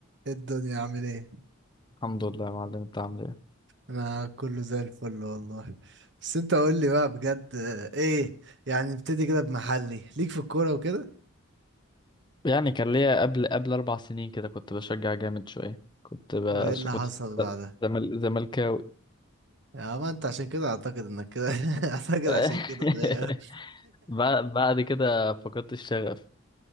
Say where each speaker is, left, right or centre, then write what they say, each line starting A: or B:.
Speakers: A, on the right; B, on the left.
A: إيه الدنيا عامل ايه
B: الحمد لله يا معلم انت عامل ايه
A: انا كله زي الفل والله بس انت قول لي بقى بجد آه، ايه يعني نبتدي كده بمحلي ليك في الكوره وكده
B: يعني كان ليا قبل قبل اربع سنين كده كنت بشجع جامد شويه كنت بش...
A: وايه اللي
B: كنت
A: حصل بعدها
B: زمل... زملكاوي
A: يا ما انت عشان كده اعتقد انك كده <laughs> اعتقد عشان
B: <laughs>
A: كده غير
B: بعد بعد كده فقدت الشغف